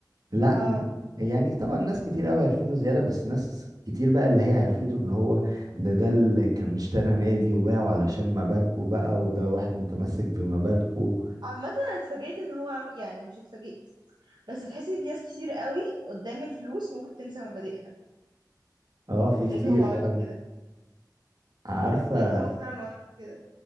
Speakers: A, on the right (about 60°); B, on the right (about 80°).
A: لا
B: اه
A: م- يعني طبعا ناس كتير قوي عرفته زيادة بس ناس كتير بقى اللي هي عرفته ان هو ده ده اللي كان اشترى نادي وباعه علشان مبادئه بقى وده واحد متمسك بمبادئه
B: عامة انا اتفاجئت ان هو عم... يعني مش اتفاجئت بس بتحسي ان في ناس كتير قوي قدام الفلوس ممكن تنسى مبادئها
A: اه في
B: لقيت
A: كتير
B: هو ما
A: فعلا
B: عملش كده
A: عارفة
B: لقيت ان هو فعلا ما عملش كده